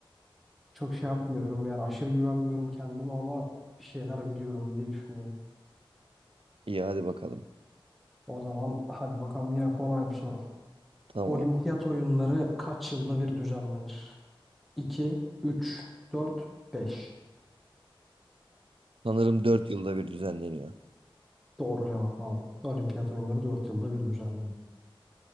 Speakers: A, in the centre; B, on the right.
A: Çok şey yapmıyorum yani aşırı güvenmiyorum kendime ama bir şeyler biliyorum diye düşünüyorum.
B: iyi hadi bakalım.
A: O zaman hadi bakalım yine kolay bir soru.
B: Tamam.
A: Olimpiyat oyunları kaç yılda bir düzenlenir? 2, üç, dört, beş.
B: Sanırım 4 yılda bir düzenleniyor.
A: Doğru cevap abi. Olimpiyat oyunları 4 yılda bir düzenlenir.